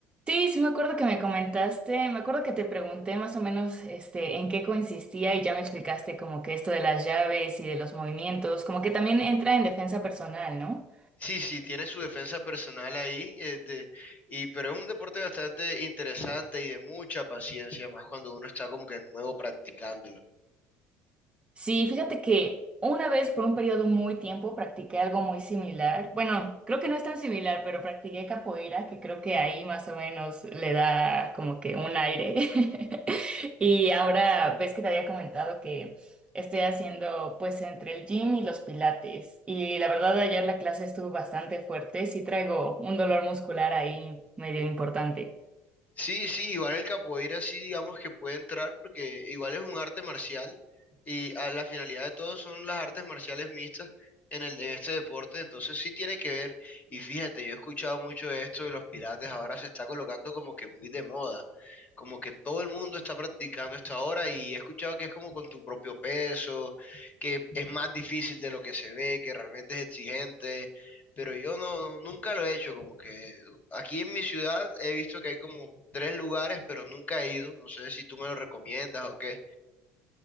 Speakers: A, on the right; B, on the left.
A: Sí, sí me acuerdo que me comentaste, me acuerdo que te pregunté más o menos este en qué consistía y ya me explicaste como que esto de las llaves y de los movimientos, como que también entra en defensa personal, ¿no?
B: Sí, sí, tiene su defensa personal ahí, eh, de- y, pero es un deporte bastante interesante y de mucha paciencia, más cuando uno está como que nuevo practicándolo.
A: Sí, fíjate que una vez por un periodo muy tiempo practiqué algo muy similar. Bueno, creo que no es tan similar, pero practiqué capoeira, que creo que ahí más o menos le da como que un aire. <laughs> Y ahora ves que te había comentado que estoy haciendo pues entre el gym y los pilates. Y la verdad ayer la clase estuvo bastante fuerte, sí traigo un dolor muscular ahí medio importante.
B: Sí, sí, igual el capoeira sí digamos que puede entrar porque igual es un arte marcial y a la finalidad de todo son las artes marciales mixtas en el, en este deporte, entonces sí tiene que ver y fíjate, yo he escuchado mucho de esto de los pilates, ahora se está colocando como que muy de moda, como que todo el mundo está practicando esto ahora y he escuchado que es como con tu propio peso, que es más difícil de lo que se ve, que realmente es exigente. Pero yo no, nunca lo he hecho, como que aquí en mi ciudad he visto que hay como tres lugares, pero nunca he ido. No sé si tú me lo recomiendas o qué.